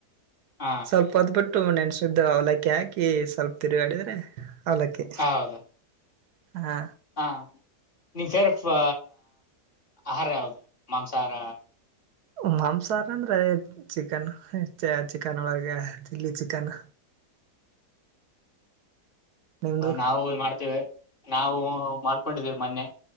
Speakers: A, on the left; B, on the right.
A: ಹ
B: ಸ್ವಲ್ಪ ಹೊತ್ ಹು ನೆಣಸುದ್ದು ಅವ್ಲಕ್ಕಿ ಹಾಕಿ ಸ್ವಲ್ಪ ತಿರುಗಾಡಿದ್ರೆ ಅವ್ಲಕ್ಕಿ
A: ಹೌದು
B: ಹಾ
A: ಹ ನಿಮ್ <unintelligible> ಆಹಾರ ಯಾವ್ದು ಮಾಂಸಾಹಾರ
B: ಮಾಂಸಾಹಾರ ಅಂದ್ರೆ ಚಿಕನ್ ಚಿಕನ್ ಒಳಗ ಚಿಲ್ಲಿ ಚಿಕನ್ ನಿಮ್ದು
A: ನಾವು ಮಾಡ್ತೇವೆ ನಾವು ಮಾಡ್ಕೊಂಡಿದಿವ್ ಮನ್ನೆ